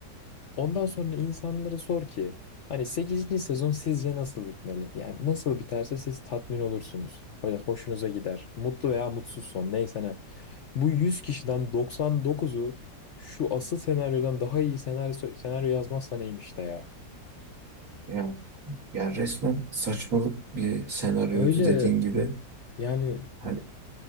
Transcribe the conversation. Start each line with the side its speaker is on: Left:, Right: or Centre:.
Left: Ondan sonra insanlara sor ki hani sekizinci sezon sizce nasıl bitmeli? Yani nasıl biterse siz tatmin olursunuz. O yüzden hoşunuza gider. Mutlu veya mutsuz son neyse ne. Bu 100 kişiden doksan dokuzu şu asıl senaryodan daha iyi senaryo, senaryo yazmazsa neymiş de ya.
Right: <laughs> Ya Yani resmen saçmalık bir senaryoydu
Left: Öyle
Right: dediğin gibi.
Left: yani
Right: Hani